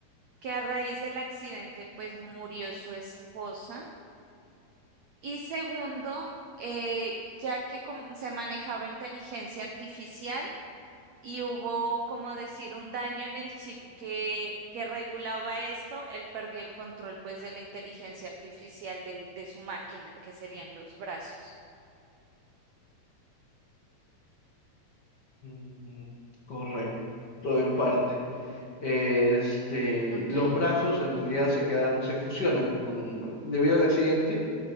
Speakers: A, on the right; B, on the left.
A: que a raíz del accidente, pues murió su esposa. Y segundo, eh, ya que com- se manejaba inteligencia artificial y hubo, como decir, un daño en el chip que, que regulaba esto, él perdió el control, pues, de la inteligencia artificial de, de su máquina, que serían los brazos.
B: Mm, correcto, en parte. este,
A: Ok.
B: los brazos en realidad se quedan, se fusionan con, debido al accidente,